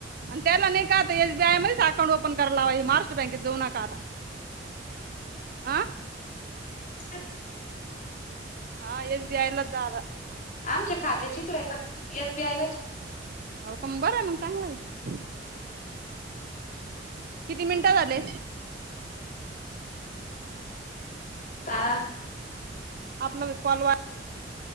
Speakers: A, on the right; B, on the left.
A: आणि त्याला नाही का आता एस बी आय मध्ये अकाउंट ओपन करायला लावा महाष्ट्र बँकेत जाऊ नका आता. आं
B: <unintelligible>
A: हा एस बी आय ला जारा.
B: आमच्या खातेच इकडे आहे का एस बी आय लाच?
A: हाव का मग बरं आहे मग चांगलं आहे. किती मिनिटं झाले?
B: ता
A: आपला वी कॉल